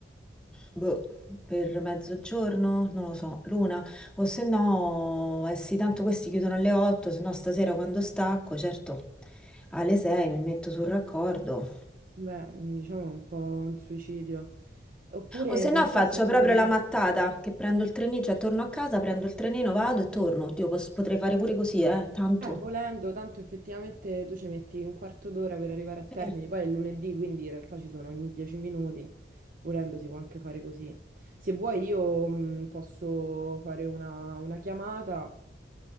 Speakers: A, in the centre; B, on the right.
A: boh, per mezzogiorno? Non lo so, l'una. O se no, eh sì, tanto questi chiudono alle 8, se no stasera quando stacco, certo, alle 6 mi metto sul raccordo.
B: beh, diciamo un po' un suicidio. Oppure
A: O se no
B: non
A: faccio
B: so se
A: proprio
B: Marica.
A: la mattata, che prendo il trenino, cioè torno a casa, prendo il trenino, vado e torno. Oddio, pos- potrei fare pure così, eh, tanto.
B: Eh, volendo, tanto effettivamente tu ci metti un quarto d'ora per arrivare a Termini,
A: Sì.
B: poi è lunedì, quindi in realtà ci sono ogni dieci minuti, volendo si può anche fare così. Se vuoi io mh, posso fare una, una chiamata